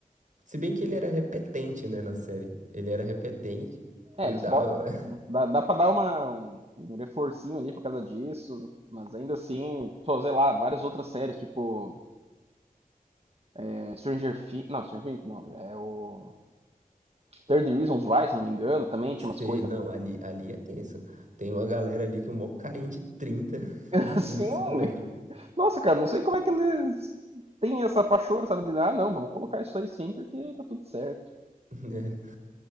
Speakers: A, on the right (about 60°); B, on the right (about 45°).
A: Se bem que ele era repetente, né, na série. Ele era repetente
B: É,
A: e
B: eles
A: tal.
B: botam.
A: <laughs>
B: Dá, dá pra dar uma, um, um reforcinho ali por causa disso, mas ainda assim, pô, sei lá, várias outras séries, tipo é, Stranger Things. Não, Stranger Things não, é o. 30 Reasons Why, se não me engano, também
A: Sei,
B: tinha umas coisas
A: não, ali, ali é tenso. Tem uma galera ali que é um mó carinha de 30 <laughs>
B: <laughs>
A: e,
B: assim,
A: e no ensino médio.
B: Nossa, cara, não sei como é que eles têm essa pachorra, sabe? De, ah, não, vamos colocar isso aí sim, porque tá tudo certo.
A: <laughs> né?